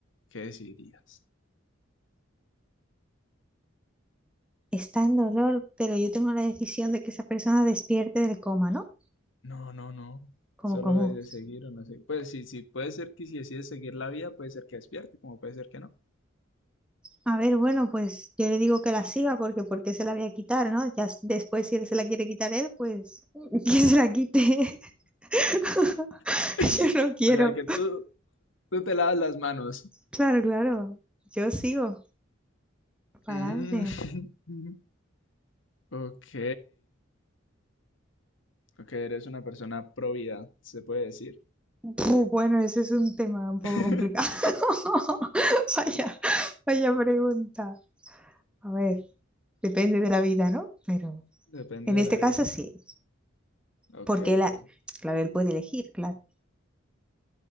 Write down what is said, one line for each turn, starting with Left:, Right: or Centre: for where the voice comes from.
Left: qué decidirías?
Centre: está en dolor, pero yo tengo la decisión de que esa persona despierte del coma, ¿no?
Left: No, no, no.
Centre: ¿Cómo,
Left: Solo
Centre: cómo?
Left: de de seguir o no sé. Pues sí, sí, puede ser que si decides seguir la vida, puede ser que despierte, como puede ser que no.
Centre: A ver, bueno, pues yo le digo que la siga porque ¿por qué se la voy a quitar, ¿no? Ya s- después si él se la quiere quitar él, pues <laughs> que se la quite. <laughs>
Left: <laughs>
Centre: Yo no quiero.
Left: O sea, que tú, tú te lavas las manos.
Centre: Claro, claro. Yo sigo. Para
Left: Mm,
Centre: adelante.
Left: <laughs> Ok, ok, eres una persona pro vida, se puede decir.
Centre: Puh, bueno, ese es un tema un poco
Left: <laughs>
Centre: complicado. <laughs> Vaya, vaya pregunta. A ver, depende de la vida, ¿no? Pero
Left: Depende
Centre: en
Left: de
Centre: este
Left: la vida.
Centre: caso sí,
Left: Ok,
Centre: porque
Left: ok,
Centre: él, ha- claro, él puede elegir, claro.